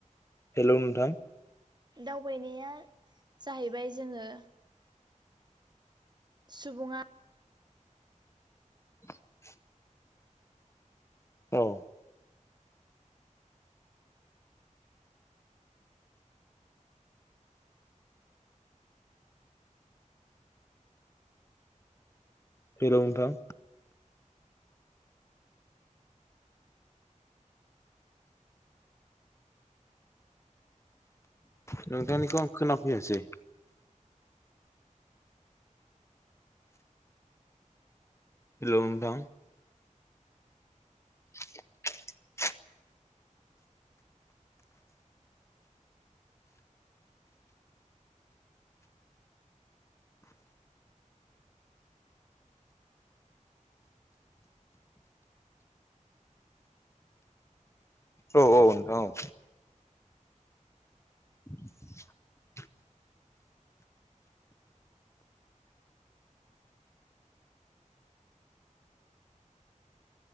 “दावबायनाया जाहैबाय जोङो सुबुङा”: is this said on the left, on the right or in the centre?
Right